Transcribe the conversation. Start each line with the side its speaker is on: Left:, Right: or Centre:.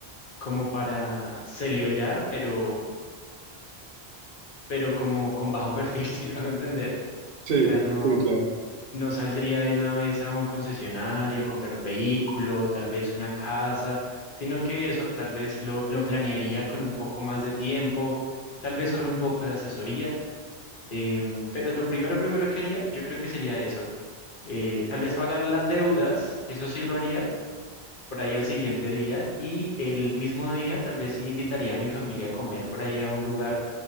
Left: como para celebrar, pero, pero como con bajo perfil, <laughs> si me hago entender.
Right: Sí,
Left: O sea, no.
Right: sí, claro.
Left: no saldría de una vez a un concesionario a comprar un vehículo, tal vez una casa, sino que eso tal vez lo, lo planearía con un poco más de tiempo, tal vez con un poco de asesoría, em, pero lo primero, primero que haría, yo creo que sería eso, eh, tal vez pagar las deudas, eso sí lo haría. por ahí al siguiente día y el mismo día tal vez sí invitaría a mi familia a comer por ahí a un lugar